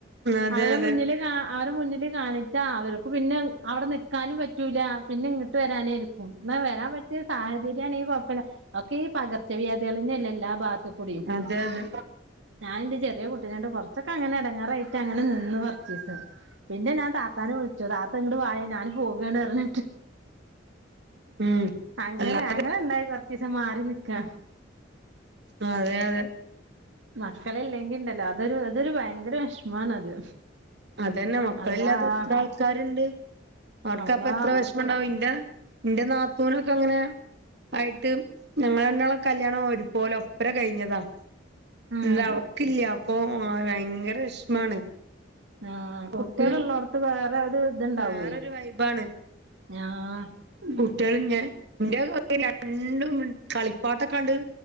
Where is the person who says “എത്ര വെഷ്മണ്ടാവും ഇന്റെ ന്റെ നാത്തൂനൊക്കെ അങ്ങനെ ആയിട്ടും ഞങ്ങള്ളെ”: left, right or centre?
Right